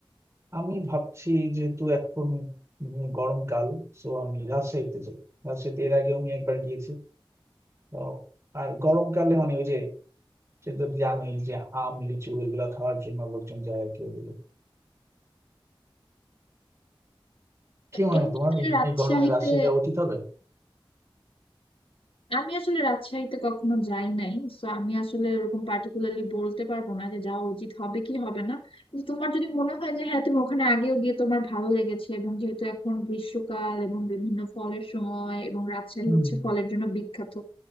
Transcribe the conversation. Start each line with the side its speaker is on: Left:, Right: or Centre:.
Right: আমি ভাবছি যেহেতু এখন উম গরমকাল তো আমি রাজশাহীতে যাই রাজশাহীতে এর আগেও আমি একবার গিয়েছি তো আর গরমকালে মানে ওই যে সেটা তো জানোই যে আম লিচু এগুলা খাওয়ার জন্য লোকজন যায় আর কি ওইদিকে
Left: তো
Right: কি মনে
Left: এমনিতে
Right: হয় তোমার এই
Left: রাজশাহীতে
Right: এই গরমে রাজশাহী যাওয়া উচিত হবে
Left: আমি আসলে রাজশাহীতে কখনো যাই নাই তো আমি আসলে ওরকম পার্টিকুলারলি বলতে পারবো না যে যাওয়া উচিত হবে কি হবে না কিন্তু তোমার যদি মনে হয় যে হ্যাঁ তুমি ওখানে আগেও গিয়ে তোমার ভালো লেগেছে এবং যেহেতু এখন গ্রীষ্মকাল এবং বিভিন্ন ফলের সময় এবং রাজশাহী
Right: হুম
Left: হচ্ছে ফলের জন্য বিখ্যাত